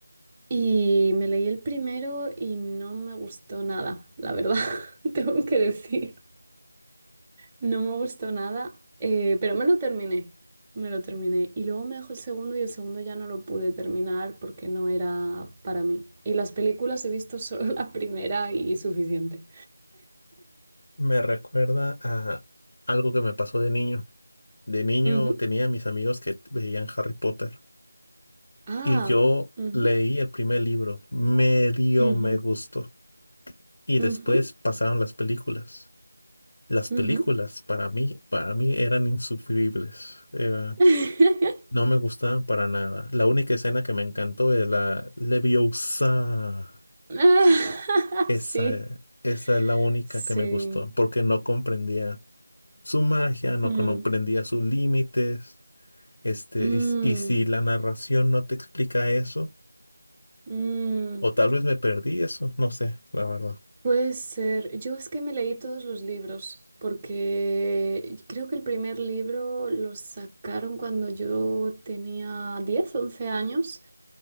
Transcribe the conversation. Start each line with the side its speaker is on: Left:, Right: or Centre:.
Right: Y me leí el primero y no me gustó nada, la verdad, <laughs> tengo que decir. No me gustó nada, eh, pero me lo terminé, me lo terminé. Y luego me dejó el segundo y el segundo ya no lo pude terminar porque no era para mí. Y las películas he visto solo <laughs> la primera y suficiente.
Left: Me recuerda a algo que me pasó de niño. De niño
Right: Ujú.
Left: tenía mis amigos que veían Harry Potter
Right: Ah,
Left: y yo
Right: ujú.
Left: leí el primer libro. Medio
Right: Ujú,
Left: me gustó. Y
Right: ujú,
Left: después pasaron las películas. Las películas
Right: ujú.
Left: para mí, para mí eran insufribles. era
Right: <laughs>
Left: No me gusta para nada. La única escena que me encantó es la Leviosa.
Right: Ah,
Left: Esa,
Right: <laughs> Sí,
Left: esa es la única
Right: sí.
Left: que me gustó, porque no comprendía su magia, no
Right: Mm,
Left: comprendía sus límites. Este,
Right: mm,
Left: y, s- y si la narración no te explica eso,
Right: mm.
Left: o tal vez me perdí eso, no sé, la verdad.
Right: Puede ser. Yo es que me leí todos los libros, porque creo que el primer libro lo sacaron cuando yo tenía diez once años